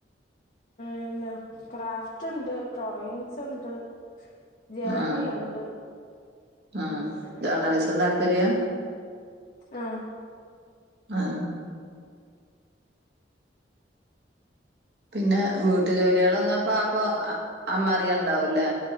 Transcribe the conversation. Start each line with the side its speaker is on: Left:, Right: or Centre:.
Left: എന്താ ക്രാഫ്റ്റ് ഉണ്ട് ഡ്രോയിങ്സ് ഉണ്ട്. ജേണലുണ്ട്
Right: ആഹ് ആഹ്
Left: ഉം അങ്ങനെ
Right: ജേർണലിസം താല്പര്യ
Left: മം
Right: ആഹ് പിന്നെ വീട്ടു ജോലികൾ ന്നപ്പ അപ്പൊ അമ്മ അറിയണ്ടാവൂല്ലേ